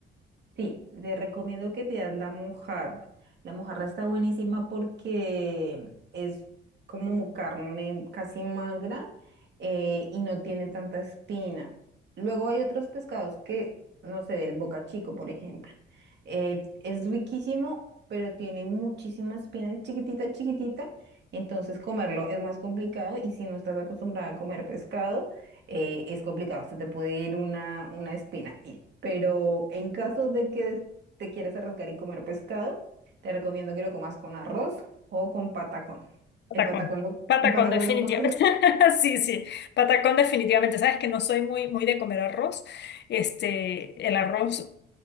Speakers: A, on the right (about 60°); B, on the left (about 60°).
A: Sí, te recomiendo que pidas la mojarra. La mojarra está buenísima porque es como carne casi magra eh, y no tiene tanta espina. Luego hay otros pescados que, no sé, del boca chico, por ejemplo. eh, es riquísimo, pero tiene muchísima espina, es chiquitita, chiquitita. Entonces comerlo es más complicado y si no estás acostumbrada a comer pescado, eh, es complicado, se te puede ir una, una espina. Y- pero en caso de que des- te quieras arriesgar y comer pescado, te recomiendo que lo comas con arroz o con patacón.
B: Patacón.
A: ¿El patacón lo,
B: Patacón,
A: el patacón
B: definitivamente.
A: lo conoces?
B: <laughs> Sí, sí. Patacón, definitivamente. Sabes que no soy muy, muy de comer arroz. Este, el arroz.